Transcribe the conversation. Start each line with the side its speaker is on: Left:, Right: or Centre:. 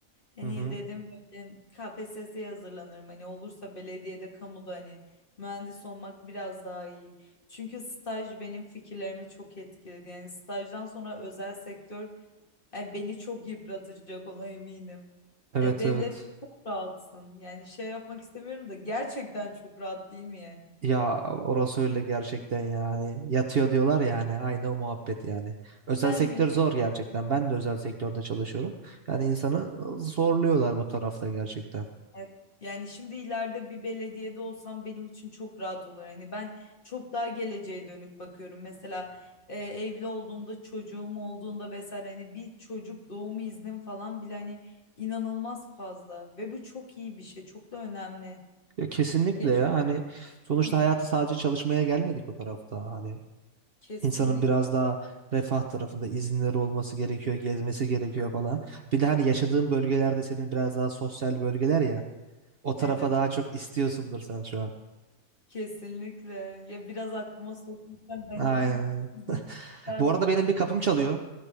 Left: Hani
Right: Hı hı.
Left: dedim böyle KPSS'ye hazırlanırım. Hani olursa belediyede, kamuda hani mühendis olmak biraz daha iyi. Çünkü staj benim fikirlerimi çok etkiledi. Yani stajdan sonra özel sektör yani beni çok yıpratacak ona eminim.
Right: Evet
Left: Ya devlet
Right: evet.
Left: çok rahatsın. Yani şey yapmak istemiyorum da gerçekten çok rahat değil mi yani?
Right: Ya orası öyle gerçekten yani. Yatıyor diyorlar ya hani aynı o muhabbet yani. Özel
Left: Sen
Right: sektör
Left: ya.
Right: zor gerçekten. Ben de özel sektörde çalışıyorum. Yani insanı zorluyorlar bu tarafta gerçekten.
Left: Evet, Yani şimdi ileride bir belediyede olsam benim için çok rahat olur. Hani ben çok daha geleceğe dönük bakıyorum. Mesela e, evli olduğumda, çocuğum olduğunda vesaire hani bir çocuk doğumu iznim falan bile hani inanılmaz fazla ve bu çok iyi bir şey, çok da önemli.
Right: Ya kesinlikle
Left: Ya,
Right: ya hani sonuçta
Left: Hı,
Right: hayatı sadece çalışmaya gelmedik bu tarafta. Hani
Left: kesinlikle.
Right: insanın biraz daha refah tarafında izinleri olması gerekiyor, gezmesi gerekiyor falan. Bir de hani yaşadığın bölgelerde senin biraz daha sosyal bölgeler ya. O tarafa
Left: Evet,
Right: daha çok istiyorsundur sen şu an.
Left: kesinlikle. Ya biraz aklıma sokmuşsan ben
Right: Aynen.
Left: en
Right: aynen.
Left: iyisi. Biraz,
Right: Bu arada benim bir kapım çalıyor.